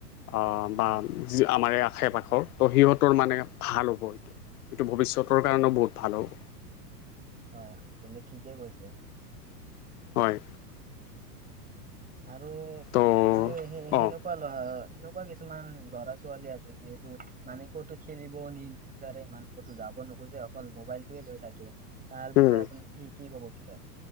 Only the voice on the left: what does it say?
আহ
বা। আমাৰ এই আশে পাশৰ ত সিহঁতৰ মানে ভাল হ'ব এইটো। সেইটো ভৱিষ্যতৰ কাৰণেও বহুত ভাল হ'ল।
হয়।
ত'
অঁ